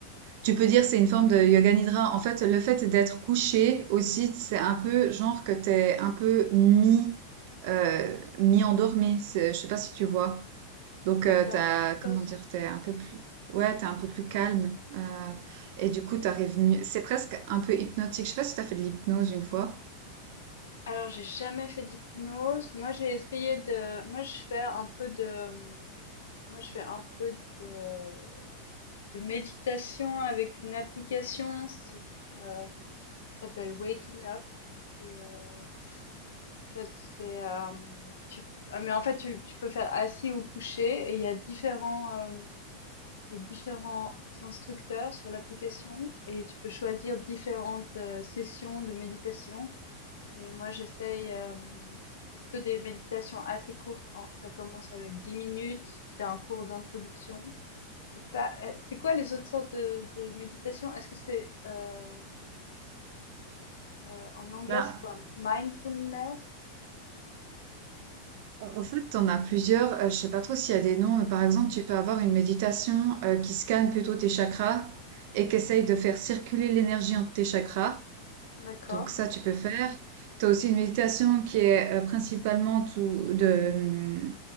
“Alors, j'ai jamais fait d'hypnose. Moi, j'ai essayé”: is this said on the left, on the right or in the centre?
Left